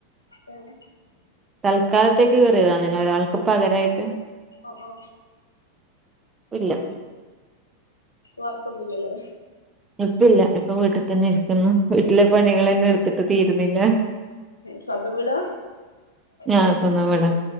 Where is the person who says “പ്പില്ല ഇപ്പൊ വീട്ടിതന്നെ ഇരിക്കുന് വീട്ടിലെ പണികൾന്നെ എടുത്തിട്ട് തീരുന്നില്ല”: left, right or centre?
Right